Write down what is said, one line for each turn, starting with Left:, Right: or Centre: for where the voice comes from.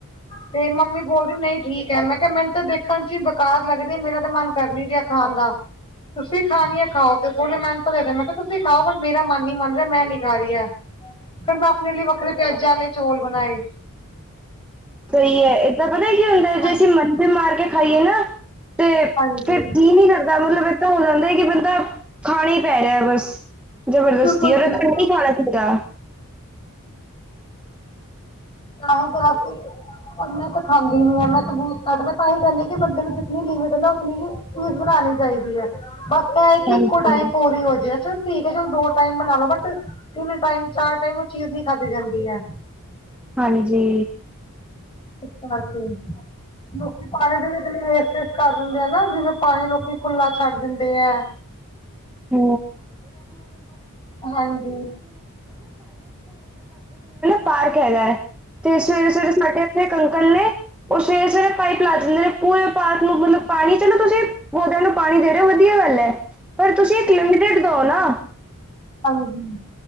Left: ਤੇ ਮੰਮੀ ਬੋਲਦੀ ਨਈ ਠੀਕ ਐ ਮੈਂ ਕਿਆ ਮੈਨੂ ਦੇਖਣ ਚ ਹੀ ਬੇਕਾਰ ਲੱਗਰੀ ਮੇਰਾ ਤਾਂ ਮਨ ਕਰ ਨੀ ਰਿਆ ਖਾਣ ਦਾ। ਤੁਸੀਂ ਖਾਣੀ ਆ ਖਾਓ ਤੇ ਬੋਲੇ ਮੈਂਨੂ ਦੇ ਮੈਂ ਕਿਹਾ ਤੁਸੀਂ ਖਾਓ ਬਟ ਮੇਰਾ ਮਨ ਨੀ ਮੰਨ ਰਿਆ ਮੈਂ ਨੀ ਖਾ ਰਈ ਐ। ਫਿਰ ਮੈਂ ਆਪਣੇ ਲਈ ਵੱਖਰੇ ਪਿਆਜ਼ਾਂ ਆਲੇ ਚੌਲ ਬਣਾਏ।
Centre: ਸਈ ਐ ਏਦਾਂ ਪਤਾ ਕੀ ਹੁੰਦਾ ਏ
Left: ਹਾਂਜੀ
Centre: ਜੇ ਅਸੀਂ ਮੰਨ ਵੀ ਮਾਰ ਕੇ ਖਾਈਏ ਨਾ ਤੇ
Left: ਹਾਂਜੀ
Centre: ਫੇਰ ਕੀ ਨੀ ਕਰਦਾ ਮਤਲਬ ਇਹ ਤਾਂ ਹੋ ਜਾਂਦਾ ਕਿ ਬੰਦਾ ਖਾਣਾ ਈ ਪੈ ਰਿਆ ਬਸ ਜਬਰਦਸਤੀ
Left: ਬਿਲਕੁਲ
Centre: ਓਰ
Left: ਬਿਲਕੁਲ
Centre: ਤ ਨਹੀਂ ਖਾਣਾ ਚਾਂਦਾ।
Left: ਤਾਂਹੀਂ ਫੇਰ ਅਸੀਂ ਮੈਂ ਤਾਂ ਖਾਂਦੀ ਨੀ ਆ ਮੈਂ ਤੇ ਬਹੁਤ ਘਟ ਮੈਂ ਤਾਂਹੀ ਕਹਿੰਦੀ ਕਿ ਬੰਦੇ ਨੂੰ ਜਿਤਨੀ ਲਿਮਿਟ ਏ ਨਾ ਉਤਨੀ ਹੀ ਚੀਜ਼ ਬਣਾ ਚਾਈਦੀ ਐ ਬਸ ਇਹ ਏ ਕਿ
Centre: ਹਾਂਜੀ,
Left: ਇੱਕੋ ਟਾਈਮ ਪੂਰੀ ਹੋ ਜੇ ਅੱਛਾ । ਠੀਕ ਹੈ ਚਲੋ ਦੋ ਟਾਈਮ ਬਣਾ ਲੋ ਬਟ ਤਿੰਨ ਟਾਈਮ, ਚਾਰ ਟਾਈਮ ਉਹ ਚੀਜ਼ ਨੀ ਖਾਧੀ ਜਾਂਦੀ ਹੈ।
Centre: ਹਾਂਜੀ।
Left: <unintelligible> ਲੋਕੀ ਪਾਣੀ ਦੇ ਵਿੱਚ ਨ ਵੇਸਟਸ ਕਰ ਦਿੰਦੇ ਹੈ ਨਾ ਜਿਵੇਂ ਪਾਣੀ ਲੋਕੀ ਖੁੱਲਾ ਛੱਡ ਦਿੰਦੇ ਹੈ। ਹ।
Centre: <inaudible> <unintelligible>
Left: ਹਾਂਜੀ
Centre: ਪਾਰਕ ਹੈਗਾ ਹੈ ਤੇ ਸਵੇਰੇ-ਸਵੇਰੇ ਸਾਡੇ ਇਥੇ
Left: ਹ।
Centre: ਉਹ ਸਵੇਰੇ-ਸਵੇਰੇ ਪਾਈਪ ਲਾ ਦਿੰਦੇ ਨੇ ਪੂਰੇ ਪਾਰਕ ਨੂੰ ਮਤਲਬ ਪਾਣੀ ਚ ਨਾ ਤੁਸੀਂ ਪੋਦਿਆਂ ਨੂੰ ਪਾਣੀ ਦੇ ਰਹੇ ਹੋ ਵਧੀਆ ਗੱਲ ਹੈ ਪਰ ਤੁਸੀਂ ਇੱਕ ਲਿਮਟਡ ਦਓ ਨਾ।
Left: ਹਾਜੀ